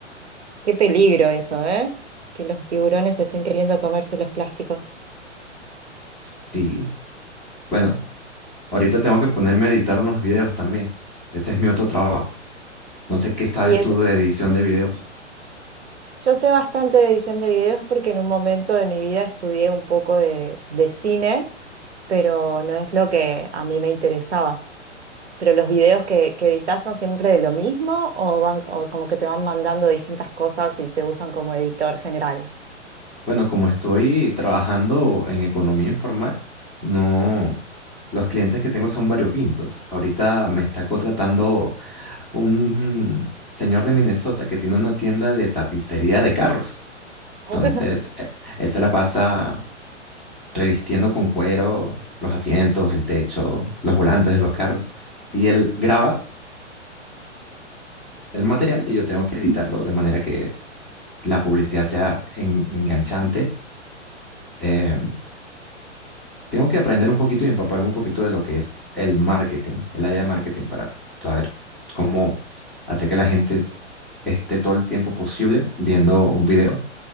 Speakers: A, on the right; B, in the centre.
A: Qué peligro eso, ¿eh? Que los tiburones estén queriendo comerse los plásticos.
B: Sí, bueno, ahorita tengo que ponerme a editar unos videos también. Ese es mi otro trabajo. No sé qué sabes
A: Y
B: tú
A: es,
B: de edición de videos.
A: yo sé bastante de edición de videos porque en un momento de mi vida estudié un poco de, de cine, pero no es lo que a mí me interesaba. Pero los videos que, que editas son siempre de lo mismo o van o como que te van mandando distintas cosas y te usan como editor general.
B: Bueno, como estoy trabajando en economía informal, no, los clientes que tengo son variopintos. Ahorita me está contratando un señor de Minnesota que tiene una tienda de tapicería de carros. Entonces,
A: <laughs>
B: e- él se la pasa revistiendo con cuero los asientos, el techo, los volantes de los carros. Y él graba el material y yo tengo que editarlo de manera que la publicidad sea en- enganchante. Eh, tengo que aprender un poquito y empaparme un poquito de lo que es el marketing, el área de marketing para saber cómo hacer que la gente esté todo el tiempo posible viendo un video.